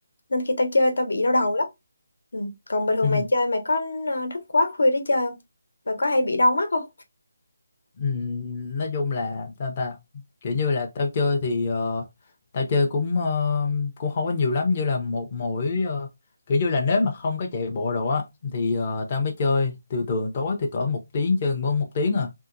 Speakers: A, on the left; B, on the left.
A: Nên khi tao chơi tao bị đau đầu lắm. Ừ. Còn bình thường
B: Ừ. <laughs>
A: mày chơi mày có à, thức quá khuya để chơi không? Và có hay bị đau mắt không?
B: Ừm, nói chung là tao ta kiểu như là tao chơi thì ờ, tao chơi cũng ờ, cũng không có nhiều lắm như là một mỗi ờ, kiểu như là nếu mà không có chạy bộ đồ á thì ờ, tao mới chơi từ thường tối thì cỡ một tiếng chơi mỗi một tiếng à